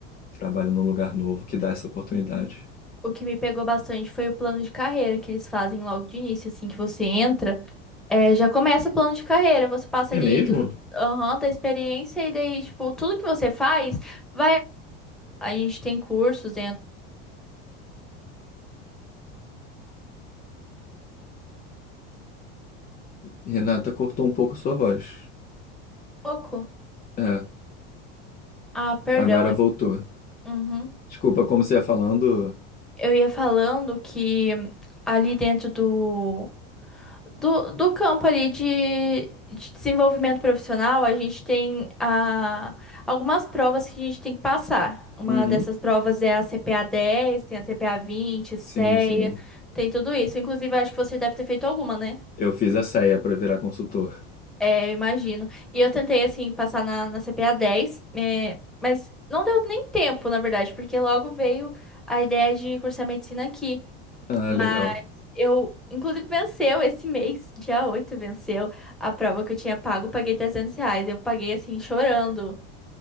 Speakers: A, on the left; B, in the centre.
A: Trabalho num lugar novo que dá essa oportunidade.
B: O que me pegou bastante foi o plano de carreira que eles fazem logo de início, assim que você entra, é, já começa o plano de carreira, você passa
A: É
B: ali
A: mesmo?
B: do, aham, da experiência e daí, tipo, tudo que você faz vai. A gente tem cursos dentro do
A: Renata cortou um pouco sua voz.
B: pouco.
A: É,
B: Ah, perdão.
A: agora
B: é-
A: voltou.
B: Uhum.
A: Desculpa, como você ia falando.
B: Eu ia falando que ali dentro do Do, do campo ali de, de desenvolvimento profissional, a gente tem ah, algumas provas que a gente tem que passar. Uma
A: Uhum.
B: dessas provas é a CPA dez tem a CPA 20,
A: Sim,
B: CEA,
A: sim.
B: tem tudo isso. Inclusive, acho que você deve ter feito alguma, né?
A: Eu fiz a ceia pra virar consultor.
B: Eu imagino. E eu tentei, assim, passar na, na CPA 10, é, mas não deu nem tempo, na verdade, porque logo veio a ideia de cursar medicina aqui.
A: Ah,
B: Mas
A: legal.
B: eu, inclusive, venceu esse mês, <laughs> dia 8 venceu a prova que eu tinha pago, eu paguei 300 reais. Eu paguei, assim, chorando.